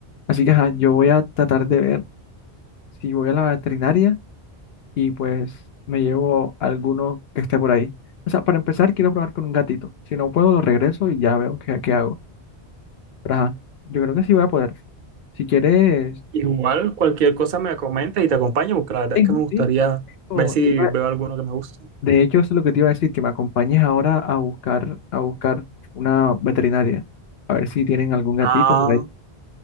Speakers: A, on the left; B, on the right.
A: Así que, ajá, yo voy a tratar de ver si voy a la veterinaria. y pues me llevo alguno que esté por ahí. O sea, para empezar, quiero probar con un gatito. Si no puedo, lo regreso y ya veo qué, qué hago. Pero, ajá, yo creo que sí voy a poder. Si quieres,
B: Igual cualquier cosa me comentas y te acompaño, porque la verdad
A: Ey,
B: es que
A: no,
B: me gustaría
A: sí, o
B: ver si
A: te iba-
B: veo alguno que me guste.
A: de hecho, eso es lo que te iba a decir, que me acompañes ahora a buscar, a buscar una veterinaria, a ver si tienen algún gatito
B: Ah.
A: por ahí.